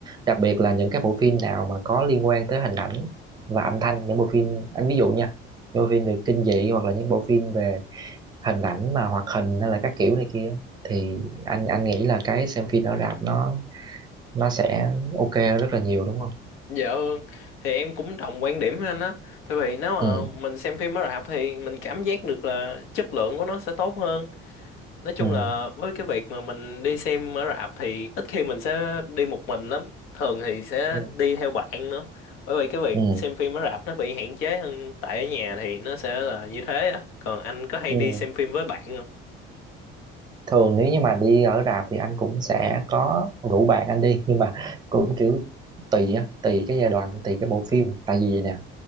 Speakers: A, on the right; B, on the left.
A: đặc biệt là những cái bộ phim nào mà có liên quan tới hình ảnh và âm thanh những bộ phim anh ví dụ nha những bộ phim về kinh dị hoặc là những bộ phim về hình ảnh mà hoạt hình hay là các kiểu này kia thì anh anh nghĩ là cái xem phim ở rạp nó nó sẽ ok hơn rất là nhiều đúng không
B: Dạ vâng, thì em cũng đồng quan điểm với anh á. Tại vì nếu mà
A: ừ
B: mình xem phim mới rạp thì mình cảm giác được là chất lượng của nó sẽ tốt hơn. Nói chung
A: ừ
B: là với cái việc mà mình đi xem ở rạp thì ít khi mình sẽ đi một mình lắm. Thường thì sẽ
A: ừ
B: đi theo bạn nữa. Bởi vì cái việc
A: ừ
B: xem phim ở rạp nó bị hạn chế hơn tại ở nhà thì nó sẽ là như thế á. Còn anh có hay
A: ừ.
B: đi xem phim với bạn không?
A: thường nếu như mà đi ở rạp thì anh cũng sẽ có rủ bạn anh đi nhưng mà cũng kiểu tùy á tùy cái giai đoạn tùy cái bộ phim tại vì vậy nè